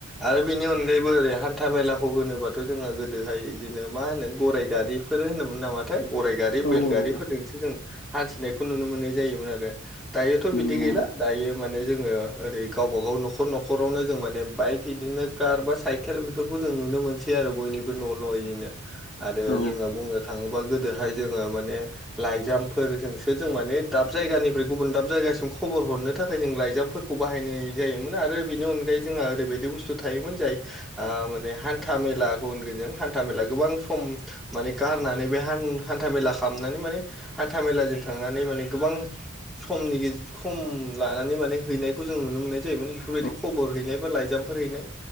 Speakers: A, in the centre; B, on the left.
A: आरो बिनि अनगायैबो ओरै हान्था मेलाखौ होनोबाथ' जोंङो गोदोहाय बिदिनो मा होनो गराइ गारि फोर होनोमोन नामाथाय, गराइ गारि
B: औ
A: बेलगारिफोरजोंसो
B: औ
A: जों हान्थिनायखौ नुनो मोननाय जायोमोन आरो। दायोथ'
B: नंगौ
A: बिदि गैला दायो माने जोङो ओरै गावबा गाव न'खर न'खर आवनो जों माने बाइक इदिनो कार बा साइकेल बेफोरखौ जों नुनो मोनसै आरो बयनिबो न' नयैनो। आरो
B: औ
A: जोङो बुंनो थाङोबा गोदोहाय जोङो माने लाइजामफोरजोंसो जों माने दाब जायगानिफ्राय गुबुन दाब जायगासिम खबर हरनो थाखाय जों लाइजामफोर खौ बाहायनाय जायोमोन आरो बेनि अनगायै जोंहा ओरैबायदि बुस्थु थायोमोन जाय आ माने हान्था मेलाखौ होनगोन जों हान्था मेला गोबां सम माने गारनानै बे हान-हान्था मेला खालामनानै माने हान्था मेलाजों थांनानै माने गोबां समनि गे खम लानानै माने हैनायखौ जों नुनो मोननाय जायोमोन बेफोरबायदि
B: औ
A: खबर हैनाय बा लाइजामफोर हैनाय।